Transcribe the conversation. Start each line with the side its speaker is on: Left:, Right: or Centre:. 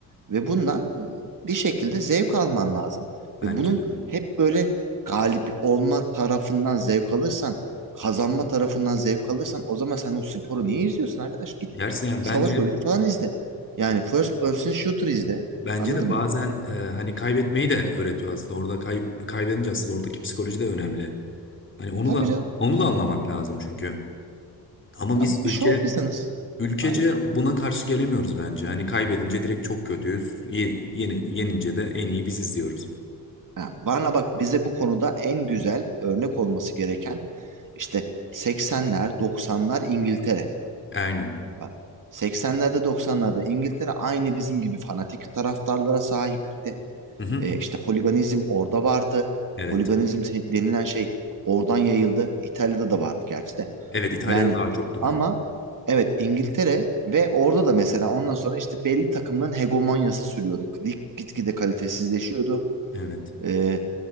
Right: ve bundan bir şekilde zevk alman lazım.
Left: Bence
Right: Ve bunun
Left: de öyle.
Right: hep böyle galip olma tarafından zevk alırsan, kazanma tarafından zevk alırsan o zaman sen o sporu niye izliyorsun arkadaş? Git
Left: Gerçekten yani
Right: savaş
Left: bence
Right: oyunu falan izle. Yani first person shooter izle.
Left: bence
Right: Anladın
Left: de bazen
Right: mı?
Left: e, hani kaybetmeyi de öğretiyor aslında. Orada kay, kaybedince aslında oradaki psikoloji de önemli. Hani onu
Right: Tabii
Left: da
Right: canım.
Left: onu da anlamak lazım çünkü. Ama biz
Right: Ya bu
Left: ülke
Right: bir show business.
Left: ülkece
Right: Aynen.
Left: buna karşı gelemiyoruz bence. Hani kaybedince direkt çok kötüyüz. Ye, yeni, yenince de en iyi biziz diyoruz.
Right: Ya bana bak bize bu konuda en güzel örnek olması gereken işte 80'ler, 90'lar İngiltere.
Left: Aynen.
Right: Bak 80'lerde 90'larda İngiltere aynı bizim gibi fanatik taraftarlara sahipti.
Left: Hı hı.
Right: E, işte holiganizm orada vardı.
Left: Evet.
Right: Holiganizm se- denilen şey oradan yayıldı. İtalya'da da vardı gerçi de.
Left: Evet İtalya'da
Right: Yani
Left: daha çoktu
Right: ama
Left: bence.
Right: evet İngiltere ve orada da mesela ondan sonra işte belli takımların hegemonyası sürüyordu. Lig gitgide kalitesizleşiyordu.
Left: Evet.
Right: E,